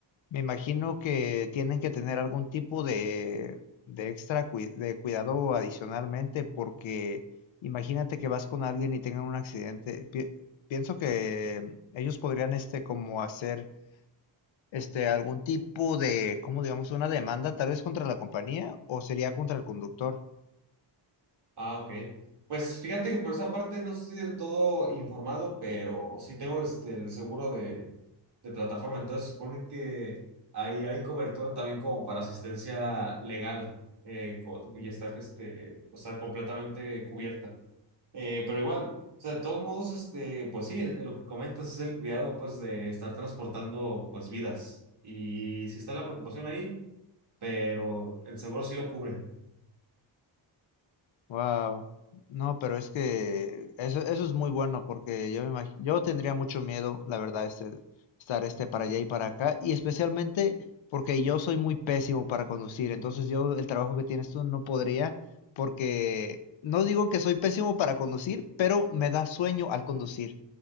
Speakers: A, on the left; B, on the right.
A: me imagino que tienen que tener algún tipo de, de extra cui- de cuidado adicionalmente, porque imagínate que vas con alguien y tengan un accidente. Pi- pienso que ellos podrían este como hacer este, algún tipo de, ¿cómo digamos? Una demanda tal vez contra la compañía o sería contra el conductor.
B: Ah, ok. Pues fíjate que por esa parte no estoy del todo informado, pero sí tengo este, el seguro de, de plataforma. Entonces supone que ahí hay cobertura también como para asistencia legal eh, co- y está, este, o sea, completamente cubierta. Eh, pero igual, o sea, de todos modos, este, pues sí, eh, lo que comentas es el cuidado pues de estar transportando pues vidas. Y sí está la preocupación ahí, pero el seguro sí lo cubre.
A: Wow. No, pero es que eso, eso es muy bueno porque yo me imag- yo tendría mucho miedo, la verdad, este, estar este para allá y para acá y especialmente porque yo soy muy pésimo para conducir, entonces yo el trabajo que tienes tú no podría porque no digo que soy pésimo para conducir, pero me da sueño al conducir.